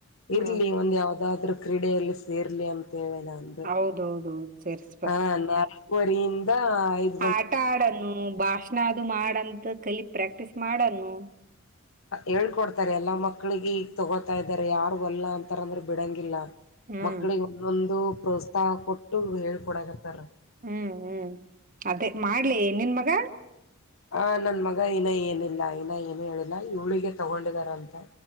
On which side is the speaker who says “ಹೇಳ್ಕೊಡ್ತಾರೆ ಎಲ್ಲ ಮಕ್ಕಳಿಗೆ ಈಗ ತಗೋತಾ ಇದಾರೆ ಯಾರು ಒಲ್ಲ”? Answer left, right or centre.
Left